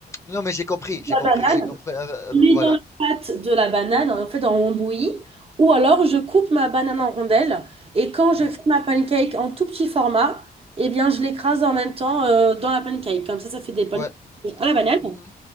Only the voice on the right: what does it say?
La
banane.
Je
mets
dans la pâte de la banane, en fait, on bouillie. Ou alors, je coupe ma banane en rondelles. Et quand je
fais ma pancake en tout petit format, eh bien, je l'écrase en même temps euh, dans la pancake. Comme ça, ça fait des pancakes
à la banane.